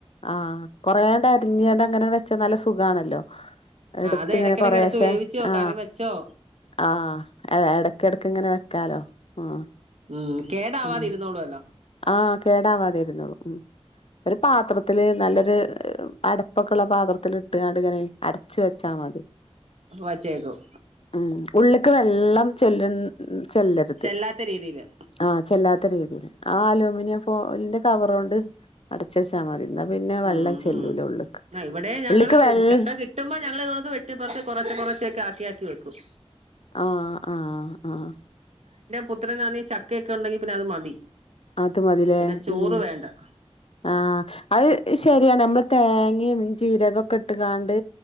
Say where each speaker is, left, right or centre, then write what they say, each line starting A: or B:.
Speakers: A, on the left (about 60°); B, on the right (about 80°).
A: ആഹ് കൊറേണ്ട് അരിഞ്ഞണ്ട് അങ്ങനെ ച്ച നല്ല സുഖണല്ലോ
B: ആ
A: എടുത്ത്
B: അത്
A: ഇങ്ങനെ
B: ഇടയ്ക്കിടക്ക്
A: കൊറെശെ
B: എടുത്ത് വേവിച്ചോ
A: ആ
B: കറി വെച്ചോ
A: ആ എടക്കിടക്ക് ഇങ്ങനെ വെക്കാലോ ആഹ്
B: ഉം കേടാവാതിരുന്നോളൂല്ലോ
A: ആഹ് ആഹ് കേടാവതിരുന്നുള്ളു ഉം ഒരു പാത്രത്തില് നല്ലൊരു അടപ്പൊക്കുള്ള പാത്രത്തില് ഇട്ടുകാണ്ട് ഇങ്ങനെ അടച്ച് വെച്ചാ മതി
B: വച്ചേക്കും
A: ഉം ഉള്ളക്ക് വെള്ളം ചെല്ലും ചെല്ലരുത്
B: ചെല്ലാത്ത രീതിയില്
A: ആ ചെല്ലാ ഇത്രരീതീല് ആഹ് അലുമിനിയം ഫോയലിന്റെ കവറോണ്ട് അടച്ച് വച്ചാ മതി ഇന്നാ പിന്നെ വെള്ളം
B: ഉം
A: ചെല്ലൂല
B: ഉം
A: ഉള്ള്ക്ക്
B: ആഹ് ഇവ്ടെ ഞങ്ങള്
A: ഉള്ള്ക്ക് വെള്ളം
B: ചക്ക കിട്ടുമ്പൊ ഞങ്ങള് ഇതൊക്കെ വെട്ടിപ്പറച് കൊറെ ച്ച് കുറച്ചൊക്കെ ആക്കിയാക്കി വെക്കും
A: ആഹ് ആഹ് ആഹ്
B: പുത്രനാന്നെ ചക്കയൊക്കെ ഉണ്ടെങ്കി പിന്നെ അത് മതി
A: അത് മതിലേ
B: പിന്നെ ചോറ്
A: ഉം
B: വേണ്ട
A: ആഹ് അയ് ശരിയാണ് നമ്മള് തേങ്ങീം ജീരകൊക്കെ ഇട്ട്ങ്ങാണ്ട്